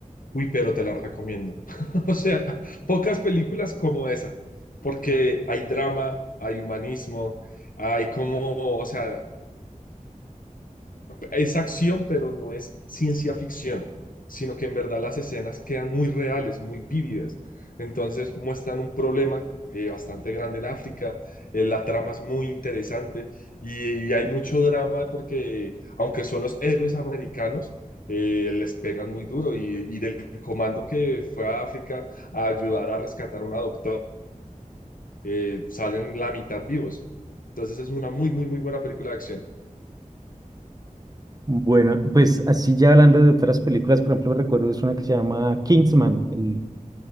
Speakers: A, on the left; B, on the right.
A: Uy, pero te la recomiendo. <laughs> O sea, pocas películas como esa, porque hay drama, hay humanismo, hay como, o sea, es acción, pero no es ciencia ficción, sino que en verdad las escenas quedan muy reales, muy vívidas. Entonces muestran un problema eh, bastante grande en África, eh, la trama es muy interesante y, y, hay mucho drama porque aunque son los héroes americanos, eh, les pegan muy duro y, y, del comando que fue a África a ayudar a rescatar a una doctora, eh, salen la mitad vivos. Entonces es una muy, muy, muy buena película de acción.
B: Bueno, pues así ya hablando de otras películas, por ejemplo, recuerdo es una que se llama Kingsman, el-